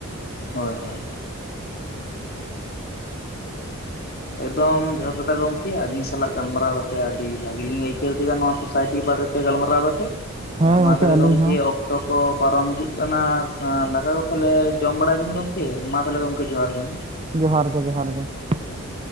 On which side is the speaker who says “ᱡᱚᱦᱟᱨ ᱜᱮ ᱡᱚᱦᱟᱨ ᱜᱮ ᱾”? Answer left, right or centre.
Right